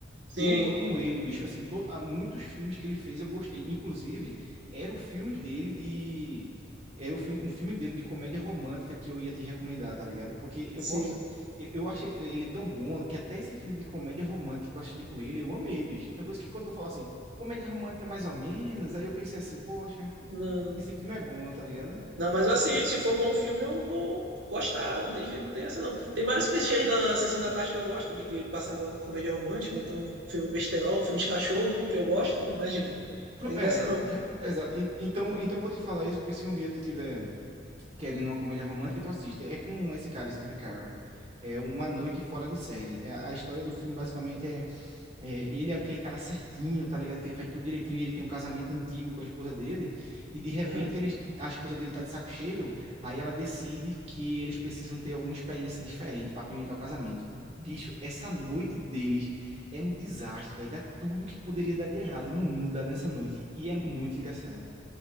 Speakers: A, on the right; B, on the right.
A: Sim,
B: Eu amo ele, bicho, assim, to, há muitos filmes que ele fez eu gostei. Inclusive, era o filme dele de... Era o filme, um filme dele de comédia romântica que eu ia te recomendar, tá ligado? Porque eu
A: sim.
B: gosto, eu, eu acho ele tão bom que até esse filme de comédia romântica que eu assisti com ele, eu amei, bicho. Então, por isso que quando tu fala assim, comédia romântica mais ou menos, aí eu pensei assim, poxa,
A: Não.
B: esse filme é bom, tá ligado?
A: Não, mas eu assisto. Se for bom filme, eu vou gostar. Não tem, jeito- não tem essa, não. Tem vários clichês da Sessão da Tarde que eu gosto, de que passava comédia romântica, ou então filme besterol, filme de cachorro, que eu gosto. Imagina.
B: Pro-
A: Tem
B: É,
A: dessa, não.
B: Exato. En- Então, então eu vou te falar isso porque se um dia tu tiver querendo uma comédia romântica, tu assiste. É com esse cara, Steve Carell. É Uma Noite Fora de Série. É, a história do filme basicamente é, é ele é aquele cara certinho, tá ligado? Que ele faz tudo direitinho. e Ele tem um casamento antigo com a esposa dele e de repente
A: Aham.
B: eles, a esposa dele tá de saco cheio. Aí ela decide que eles precisam ter alguma experiência diferente para apimentar o casamento. Bicho, essa noite deles é um desastre, velho. Dá tudo que poderia dar de errado no mundo dá nessa noite e e é muito engraçado.